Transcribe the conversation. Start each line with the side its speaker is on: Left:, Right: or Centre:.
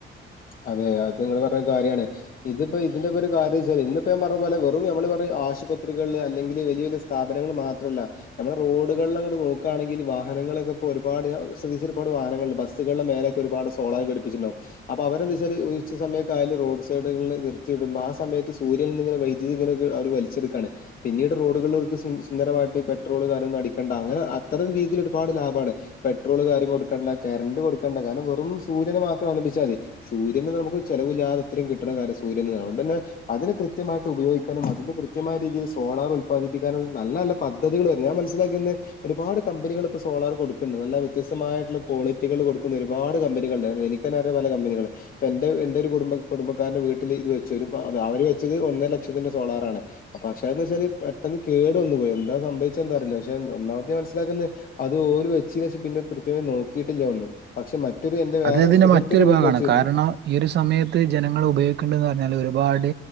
Left: അതെ അത് നിങ്ങള് പറഞ്ഞ കാര്യാണ് ഇതിപ്പോ ഇതിന്റെ ഒരു കാര്യം വെച്ചാ ഇത്പ്പോ ഇതിന്റെക്കെ ഒരു കാര്യംച്ചാ ഇന്നിപ്പോ പറഞ്ഞ പോലെ വെറും നമ്മള് പറയും ആശുപത്രികളിൽ അല്ലെങ്കിൽ വെല്ല്യ വലിയ സ് സ്ഥാപനങ്ങൾ മാത്രല്ല നമ്മുടെ റോഡുകളിലങ്ങട് നോക്കാണെങ്കിൽ വാഹനങ്ങളൊക്കെ ഇപ്പൊ ഒരുപാട് ശ്രദ്ധിച്ച ഒരുപാട് വാഹങ്ങൾ ബസുകളുടെ മേലെ ക്ക്‌ ഒരുപാട് സോളാർ ഘടിപ്പിച്ചട്ടണ്ടാകും അ അപ്പോൾ അവരെന്താച്ചാൽ ഉച്ച സമയക്കായാൽ റോഡ് സൈഡിൽ നിർത്തിടുമ്പോൾ ആ സമയത്ത് സൂര്യനിനിങ്ങനെ വൈദ്യുതി ഇങ്ങനെ അവര് വലിച്ചു ചെടുക്കാണ് പിന്നീട് റോഡുകളൾ ർക്ക് സുന്ദരമായിട്ട് പെട്രോള് കാര്യൊന്നും അടിക്കണ്ട അങ്ങനെ അത്തരം രീതിയിൽ ഒരുപാട് ലാഭമാണ് പെട്രോള് കാര്യം കൊടുക്കണ്ട കറണ്ട് കൊടുക്കണ്ട കാരണം വെറും സൂര്യനെ മാത്രം അവലംഭിച്ചാ മതി സൂര്യന് നമുക്ക്‌ ചെലവില്ലാതത്രയും കിട്ടുന്ന കാര്യ സൂര്യന് അതൊണ്ട് തന്നെ അതിന് കൃത്യമായിട്ട് ഉപയോഗിക്കാനും അതിന് കൃത്യമായ രീതിൽ സോളാർ ഉല്പാദിപ്പിക്കാനും നല്ല നല്ല പദ്ധതികള് വരും ഞാൻ മനസിലാക്കുന്നെ ഒരുപാട് കമ്പനികള് ഇപ്പൊ സോളാർ കൊടുക്കണ്ട് നല്ല വ്യത്യസ്മായട്ടോള്ള ക്വാളിറ്റികൾ കൊടുക്കുന്ന ഒരുപാട് കമ്പനികളില് എനി ക്ക് തന്നെ അറിയാം പല കമ്പനികളെ ഇപ്പ എന്റെ എന്റെ ഒരു കുടുംബ കുടുംബക്കാരന്റെ വീട്ടില് ഇത് വെച്ചു ഒരു പ അവര് വെച്ചത് ഒന്നര ലക്ഷത്തിന്റെ സോളാറാണ് പക്ഷേ എന്ന് വെച്ചാല് പെട്ടെന്ന് കേടു വന്നു പോയി എന്താ സംഭവിച്ച എന്ത അറിയില്ല പക്ഷെ ഒന്നാമത്തെ മനസ്സിലാക്കുന്നെ അത് ഓല് വെച്ചയിന് ശേഷം പിന്നെ കൃത്യമായി നോക്കിയിട്ടില്ല ഒന്നും പക്ഷെ മറ്റൊരു എന്റെ വേറൊരു
Right: അത് ഇതിന്റെ
Left: സുഹൃത്തിന്റെ
Right: മറ്റൊരു
Left: വീട്ടിൽ
Right: ഭാഗമാണ്
Left: വെച്ചിരുന്നു
Right: കാരണം ഈ ഒരു സമയത്ത് ജനങ്ങള് ഉപയോഗിക്കേണ്ടെന്ന് പറഞ്ഞാല് ഒരുപാട്